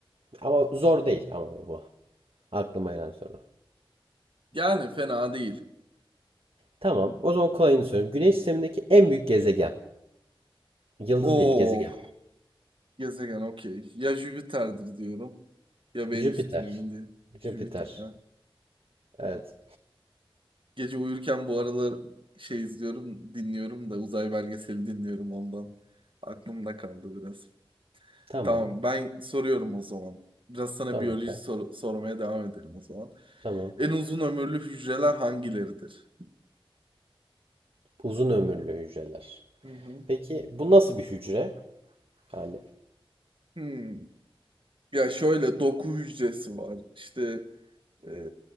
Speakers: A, on the right; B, on the right.
A: Ama zor değil ama bu. Aklıma gelen soru.
B: Yani fena değil.
A: Tamam. O zaman kolayını sorayım. Güneş sistemindeki en büyük gezegen. Yıldız
B: Oo
A: değil, gezegen.
B: gezegen okey. Ya Jüpiter'dir diyorum ya Venüs'tür
A: Jüpiter.
B: emin değilim.
A: Jüpiter.
B: Jüpiter ha.
A: Evet.
B: Gece uyurken bu aralar şey izliyorum, dinliyorum da uzay belgeseli dinliyorum ondan. Aklımda kaldı biraz.
A: Tamam.
B: Tamam, ben soruyorum o zaman. Biraz sana
A: Sor
B: biyoloji
A: bakalım.
B: sor- sormaya devam edelim o zaman.
A: Tamam.
B: En uzun ömürlü hücreler hangileridir?
A: Uzun ömürlü hücreler.
B: Hı hı.
A: Peki bu nasıl bir hücre? Yani
B: Hmm. Ya şöyle doku hücresi var. İşte e,